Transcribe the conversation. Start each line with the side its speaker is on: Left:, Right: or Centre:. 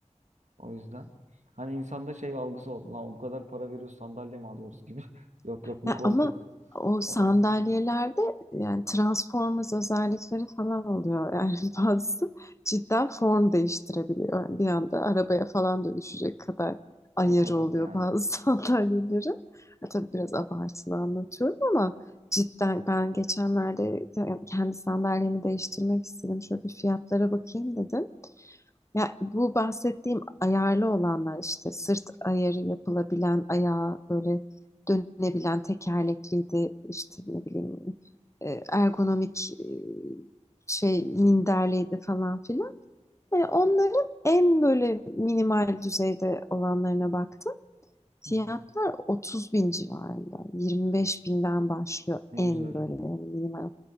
Right: O yüzden hani insanda şey algısı oldu. Lan bu kadar para veriyoruz sandalye mi alıyoruz gibi. <laughs> Yok yok bu
Left: Ya
Right: koltuk
Left: ama o sandalyelerde
Right: falan oldu.
Left: yani Transformers özellikleri falan oluyor. Yani <laughs> bazısı cidden form değiştirebiliyor. Yani bir anda arabaya falan dönüşecek kadar ayarı
Right: O kadar
Left: oluyor
Right: yani.
Left: bazı <laughs> sandalyelerin. Ya tabii biraz abartılı anlatıyorum ama cidden ben geçenlerde kendi sandalyemi değiştirmek istedim. Şöyle bir fiyatlara bakayım dedim. Ya bu bahsettiğim ayarlı olanlar işte sırt ayarı yapılabilen, ayağı böyle dönebilen tekerlekliydi işte ne bileyim e, ergonomik e, şey minderliydi falan filan. Hani onların en böyle minimal düzeyde olanlarına baktım. Fiyatlar
Right: Hı hı.
Left: 30 bin civarında. 25 binden başlıyor
Right: Ne
Left: en
Right: güzel.
Left: böyle yani minimal.